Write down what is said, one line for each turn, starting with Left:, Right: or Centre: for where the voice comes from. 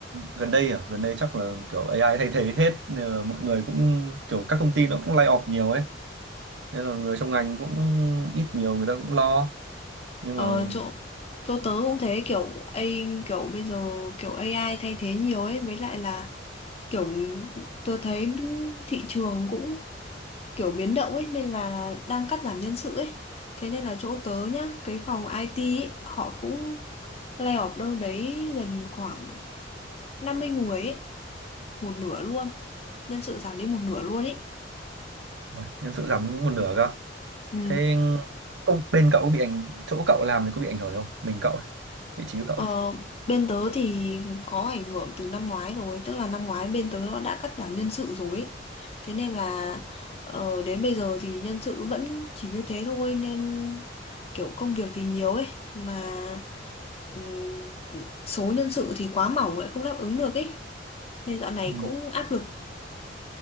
Right: gần đây à, gần đây chắc là kiểu AI thay thế hết nên là mọi người cũng kiểu các công ty nó cũng lay off nhiều ấy. Nên là người trong ngành cũng ít nhiều người ta cũng lo nhưng
Left: Ờ,
Right: mà
Left: chỗ chỗ tớ cũng thế kiểu A kiểu bây giờ kiểu AI thay thế nhiều ấy, với lại là kiểu tớ thấy thị trường cũng kiểu biến động ấy nên là đang cắt giảm nhân sự ấy thế nên là chỗ tớ nhá cái phòng IT ấy, họ cũng lay off đâu đấy gần khoảng 50 người ấy một nửa luôn nhân sự giảm đi một nửa luôn ấy
Right: uầy, nhân sự giảm những một nửa cơ.
Left: Ừ.
Right: Thế không bên cậu có bị ảnh chỗ cậu làm thì có bị ảnh hưởng không? Mình cậu ấy, vị trí của cậu
Left: Ờ, bên tớ thì có ảnh hưởng từ năm ngoái rồi, tức là năm ngoái bên tớ nó đã cắt giảm nhân sự rồi ấy. Thế nên là ờ, đến bây giờ thì nhân sự vẫn chỉ như thế thôi nên kiểu công việc thì nhiều ấy mà ừm, số nhân sự thì quá mỏng lại không đáp ứng được ấy. Nên dạo này
Right: ấy.
Left: cũng áp lực